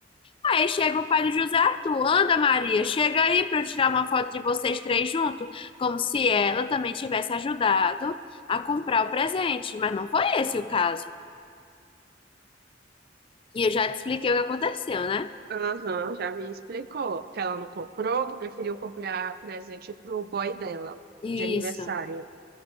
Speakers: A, on the left; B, on the right.
A: Aí chega o pai do José Arthur. Anda, Maria, chega aí pra eu tirar uma foto de vocês três juntos. Como se ela também tivesse ajudado a comprar o presente. Mas não foi esse o caso. E eu já te expliquei o que aconteceu, né?
B: Aham, já me explicou que ela não comprou, que preferiu comprar presente pro boy dela,
A: Isso.
B: de aniversário.